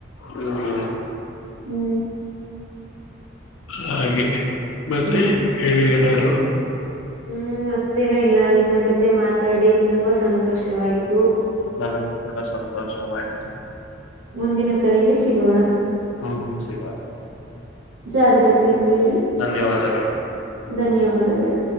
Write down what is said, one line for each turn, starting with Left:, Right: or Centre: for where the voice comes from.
Left: ಹ್ಮ್.
Right: ಹ್ಮ್.
Left: ಹಾಗೆ ಮತ್ತೆ
Right: ಹ್ಮ್
Left: ಹೇಳಿ ಎನಾರು.
Right: ಹ್ಮ್ ಮತ್ತೇನು ಇಲ್ಲ ನಿಮ್ಮ ಜೊತೆ ಮಾತಾಡಿ ತುಂಬಾ ಸಂತೋಷವಾಯ್ತು.
Left: ಮನಗೆ ಕೂಡ ಸಂತೋಷವಾಯಿತು.
Right: ಮುಂದಿನ ಕರೆಯಲ್ಲಿ ಸಿಗೋಣ.
Left: ಹ್ಮ ಸಿಗೋಣ.
Right: ಜಾಗ್ರತೆೆಯಲ್ಲೇರಿ.
Left: ಧನ್ಯವಾದಗಳು.
Right: ಧನ್ಯವಾದಗಳು.